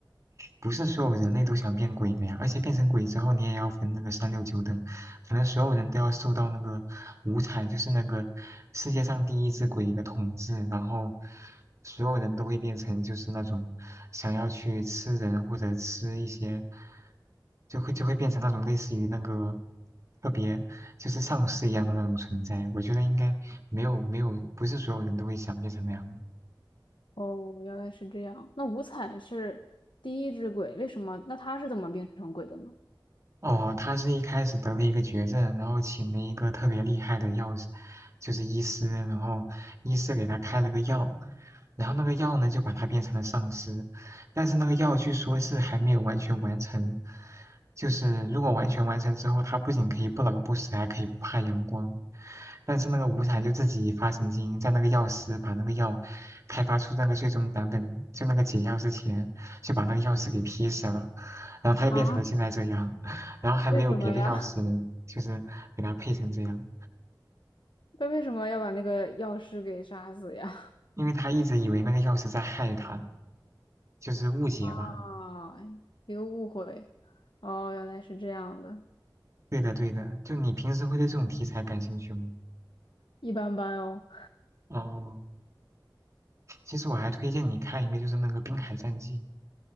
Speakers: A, on the right; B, on the left.
A: 不是所有人类都想变鬼的呀？而且变成鬼之后，你也要分那个三六九等，可能所有人都要受到那个五彩，就是那个世界上第一只鬼的统治，然后所有人都会变成就是那种想要去吃人或者吃一些，就会就会变成那种类似于那个特别就是丧尸一样的那种存在。我觉得应该没有没有，不是所有人都会想变成那样。的。
B: 哦，原来是这样。那无惨是第一只鬼，为什么？那他是怎么变成鬼的呢？
A: 哦，他是一开始得了一个绝症，然后请了一个特别厉害的药师，就是医师，然后医师给他开了个药，然后那个药呢就把他变成了丧尸，但是那个药据说是还没有完全完成，就是如果完全完成之后，他不仅可以不老不死，还可以不怕阳光，但是那个无惨就自己发神经，在那个药师把那个药开发出那个最终版本，就那个解药之前，就把那个药师给劈死了，然后他就变成了现在这样。
B: 啊，
A: 然后还没有别的钥匙能，
B: 为什么呀？<laughs>
A: 就是给他配成这样，
B: 他为什么要把那个药师给杀死呀？
A: 因为他一直以为那个钥匙在害他，就是误解吧。
B: 啊，<laughs> 一个误会。哦，原来是这样的，
A: 对的，对的，就你平时会对这种题材感兴趣吗？
B: 一般般哦。
A: 哦，其实我还推荐你看一个，就是那个《滨海战记》，